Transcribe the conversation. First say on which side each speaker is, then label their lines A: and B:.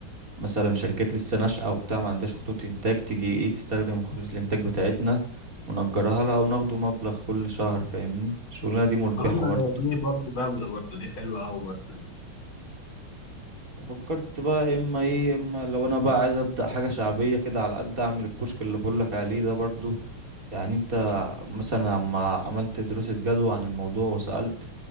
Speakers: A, on the right; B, on the left.
A: مثلا شركات لسه ناشئة وبتاع ما عندهاش خطوط إنتاج تيجي ايه تستخدم خطوط الإنتاج بتاعتنا ونأجرها لها وناخده مبلغ كل شهر فاهمني الشغلانة دي مربحة
B: اه ما
A: برضه
B: هي دي برضو جامده برضو دي حلوه قوي برضو دي
A: وفكرت بقى اما ايه اما لو انا بقى عايز ابدا حاجه شعبيه كده على قد اعمل الكشك اللي بقولك عليه ده برضو يعني انت مثلا لما عملت دراسة جدوى عن الموضوع وسألت